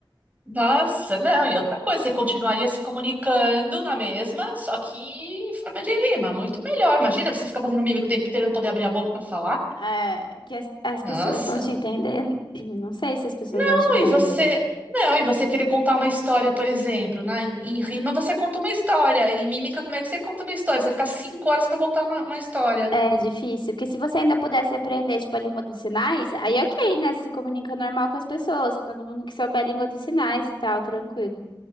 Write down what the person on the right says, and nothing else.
Nossa, não. E outra coisa, você continuaria se comunicando na mesma, só que em forma de rima. Muito melhor. Imagina, você ficar fazendo mímica o tempo inteiro e não poder abrir a boca para falar.
Nossa.
Não,
e você. Não, e você querer contar uma história, por exemplo, né? Em rima você conta uma história, em mímica, como é que você conta uma história? Você vai ficar cinco horas para contar uma, uma história.